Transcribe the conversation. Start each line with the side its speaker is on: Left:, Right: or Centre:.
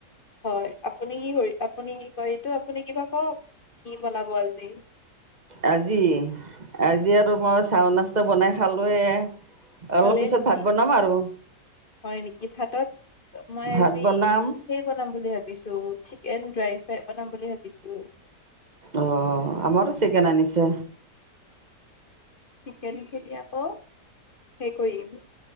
Left: হয় আপুনি কি কৰি আপুনি কি কই এইটো আপুনি কিবা কওক কি বনাব আজি।
Right: আজি-আজি আৰু মই চাহ নাস্তা বনাই খালোয়ে। অলপ
Left: খালে
Right: পিছত
Left: নেকি
Right: ভাত বনাম আৰু।
Left: হয় নেকি ভাতত মই
Right: ভাত
Left: আজি
Right: বনাম
Left: সেই বনাম বুলি ভাবিছো চিকেন ড্ৰাই ফ্ৰাই বনাম বুলি ভাবিছো।
Right: অঁ, আমাৰো চিকেন আনিছে।
Left: চিকেন খিনি আকৌ সেই কৰিম,